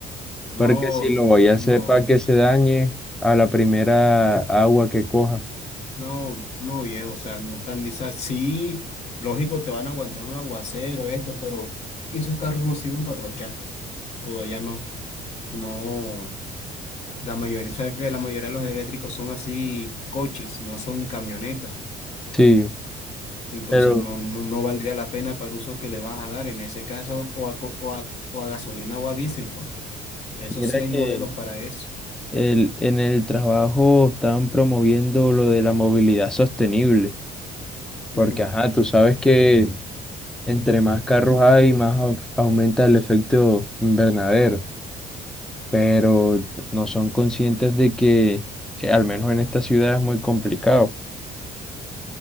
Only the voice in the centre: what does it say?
Porque si lo voy a hacer
para que se dañe a la primera agua que coja.
Sí,
Pero
mira
que
el, en el trabajo están promoviendo lo de la movilidad sostenible,
porque ajá, tú sabes que entre más carros hay, más au- aumenta el efecto invernadero, pero no son conscientes de que, eh, al menos en esta ciudad, es muy complicado.